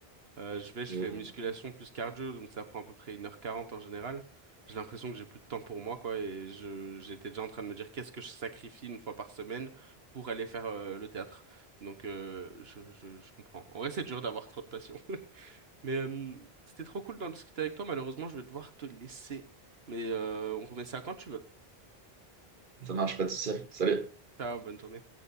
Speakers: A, on the right; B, on the right.
A: euh, je vais, je
B: Mm.
A: fais musculation plus cardio, donc ça prend à peu près une heure quarante en général. J'ai l'impression que j'ai plus de temps pour moi, quoi, et je, j'étais déjà en train de me dire qu'est-ce que je sacrifie une fois par semaine pour aller faire euh, le théâtre. Donc, euh, je, je, je comprends. En vrai, c'est dur d'avoir trop de passion. <laughs> Mais euh, c'était trop cool d'en discuter avec toi. Malheureusement, je vais devoir te laisser. Mais euh, on remet ça quand tu veux.
B: Ça marche, pas de souci. Salut.
A: Ciao, bonne journée.